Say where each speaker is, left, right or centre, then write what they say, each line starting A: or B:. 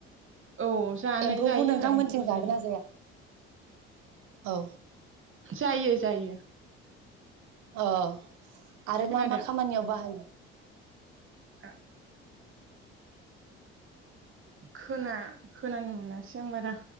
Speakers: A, on the right; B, on the right.
A: औ जानाय
B: एम्फौखौ
A: जायो
B: नोंथांमोनथिं
A: एम्फौखौ जायो
B: जागोन ना जाया? औ
A: जायो जायो।
B: अ आरो
A: खोनादों
B: मा मा खामानियाव बाहायो?
A: ओ खोना खोनानो मोनासै आं बारा।